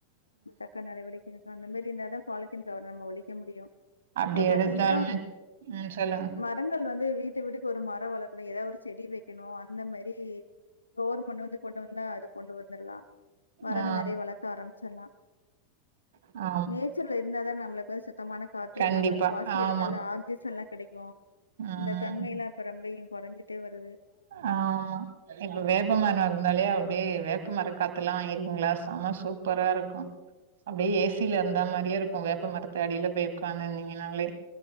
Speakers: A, on the left; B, on the right.
A: ம் தக்க நடவடிக்கைக்கு அந்த மாரி இருந்தாதா பாலிதீன் கவரை நம்ம ஒழிக்க முடியும்
B: அப்டி
A: அப்றோ
B: எடுத்தாலுமே
A: பாதீங்கன்னாம்
B: ம் சொல்லு
A: மரங்கள் வந்து வீட்டு வீட்டுக்கு ஒரு மரோ வளக்கணு எதா ஒரு செடி வைக்கணு அந்த மாறி ரோர் மண்ணு வந்து கொண்டு வந்தா அது கொண்டு வந்துருலா வரங்கள்
B: ஆ
A: நெறைய வளக்க ஆரபிச்சிர்லா
B: ஆ
A: நேச்சர்ல இருந்தா தா நம்மளுக்கு சுத்தமான காத்து
B: கண்டிப்பா
A: நம்மள சுவாசிக்கறதுனால
B: ஆமா
A: ஆக்சிஜன் எல்லா கெடைக்கும்
B: ம்
A: அந்த தன்மை எல்லா இப்ப ரொம்பையு குறஞ்சிட்டே வருது
B: ஆமா எங்க வேப்ப மரம் இருந்தாலே அப்டியே வேப்பமர காத்துல்லா எறியுங்களா செம சூப் சூப்பரா இருக்கும் அப்படியே ஏசில இருந்த மாதிரியே இருக்கும் கும் வேப்ப மரத்து அடில போய் ஒக்காந்து இருந்தீங்கனாலே